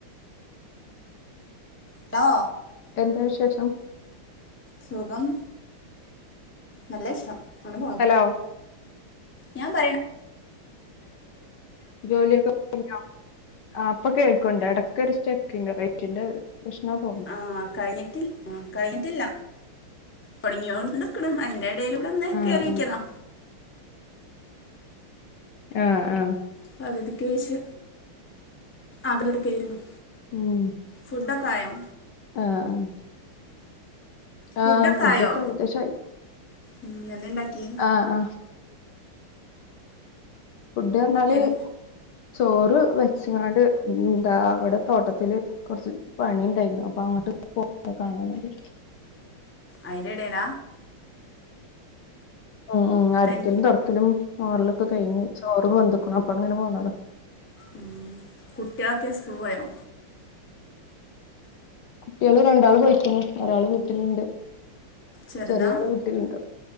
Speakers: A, on the left (about 15°); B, on the left (about 60°).
A: ഹലോ
B: എന്താ വിശേഷം
A: സുഖം നല്ല ഇഷ്ടം അങ്ങനെ പോണു
B: ഹലോ
A: ഞാൻ പറയണം
B: ജോലിയൊക്കെ <unintelligible> ആഹ് ഇപ്പൊ കേൾക്കണ്ട് എടക്കൊരു സ്റ്റക്ക്ണ്ട് റേറ്റിന്റെ പ്രശ്നാ തോ
A: ആഹ് കഴിഞ്ഞിട്ടി ഉം കഴിഞ്ഞിട്ടില്ല തൊടങ്ങിയോണ്ട്ക്ക്ണ് അയ്ന്റെ ഇടയിലൂടെ ഒന്ന്
B: ആഹ്
A: കേറി നോക്കിയതാ
B: ആഹ് ആഹ്
A: പകതിക്ക് വച്ച് ആഗ്രടക്കായിരുന്നു
B: ഉം
A: ഫുഡൊക്കെ ആയോ
B: ആഹ് ആഹ്
A: ഫുഡൊക്കെ
B: ആഹ്
A: ആയോ
B: ഏകദേശായി
A: ഉം എന്തേ ഇണ്ടാക്കി
B: ആഹ് ആഹ് ഫുഡ് പറഞ്ഞാല്
A: എൻ
B: ചോറ് വെച്ചങ്ങാണ്ട് എന്താ ഇവിടെ തോട്ടത്തില് കൊറച്ച് പണി ഉണ്ടായിന്നു അപ്പൊ അങ്ങട്ട് പോ കാണാൻ വേണ്ടി
A: അയ്ന്റെ എടേല
B: ഉം ഉം അടിക്കലും
A: തൻ
B: തുടക്കലും മോറലൊക്കെ കഴിഞ്ഞു ചോറും വെന്തുക്ക്‌ണു അപ്പങ്ങനെ പോന്നതാ
A: ഉം കുട്ട്യാളൊക്കെ സ്കൂൾ പോയോ
B: കുട്ട്യാള് രണ്ടാള് പൊയ്‌ക്ക്ണ് ‌ ഒരാള് വീട്ടില്ണ്ട്
A: ചെറുതാ
B: ചെറിയാള് വീട്ടിലുണ്ട്